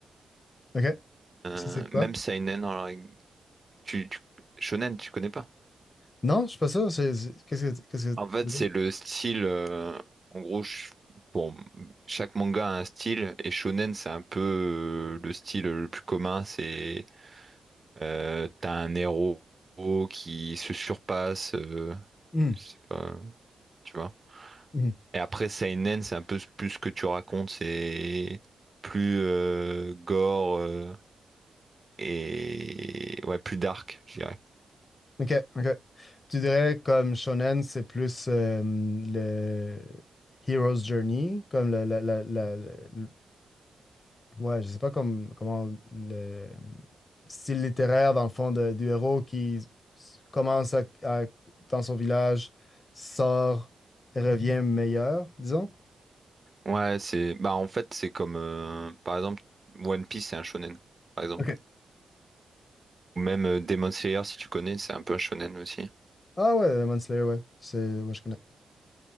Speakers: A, on the left (about 35°); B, on the right (about 25°).
A: OK.
B: Euh,
A: Ça, c'est quoi?
B: même seinen, alors, tu, tu- shonen, tu connais pas?
A: Non, je suis pas sûr. C'est- c'est- Qu'est-ce que, qu'est-ce que
B: En fait,
A: tu veux
B: c'est
A: dire?
B: le style. euh, en gros, ch- bon, chaque manga a un style et shonen, c'est un peu euh, le style le plus commun. C'est euh, t'as un héros qui se surpasse. euh,
A: Hmm.
B: je sais pas, tu vois.
A: hmm.
B: Et après seinen, c'est un peu plus ce que tu racontes. C'est plus euh, gore euh, et ouais, plus dark, je dirais.
A: Ok, ok. Tu dirais comme shonen, c'est plus euh, le hero's journey, comme la, la, la, la- la- le- ouais, je sais pas comme, comment le style littéraire dans le fond de- du héros qui s- commence à- à- dans son village, sort et revient meilleur, disons.
B: Ouais, c'est bah en fait c'est comme euh, par exemple One Piece c'est un shonen par exemple
A: Ok.
B: ou même euh, Demon Slayer si tu connais c'est un peu un shonen aussi.
A: Ah ouais, Demon Slayer, ouais, c'est ouais, je connais.